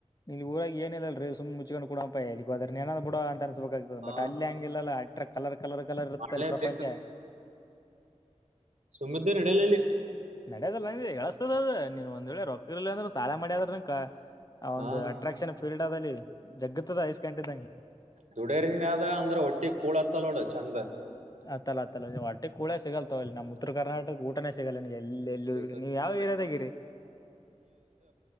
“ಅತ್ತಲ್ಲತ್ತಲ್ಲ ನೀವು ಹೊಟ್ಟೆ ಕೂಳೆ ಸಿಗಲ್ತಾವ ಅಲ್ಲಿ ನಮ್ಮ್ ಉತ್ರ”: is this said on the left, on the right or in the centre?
Left